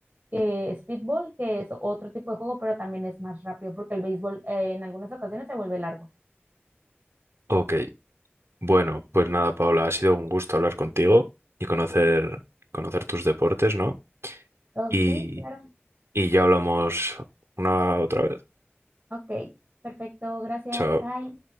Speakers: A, on the right; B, on the right.
A: que speedball, que es otro tipo de juego, pero también es más rápido porque el béisbol eh, en algunas ocasiones se vuelve largo.
B: Ok, bueno, pues nada, Paula, ha sido un gusto hablar contigo y conocer, conocer tus deportes, ¿no?
A: Oh,
B: Y,
A: sí, claro.
B: y ya hablamos una otra vez.
A: Ok, perfecto, gracias,
B: Chao.
A: bye.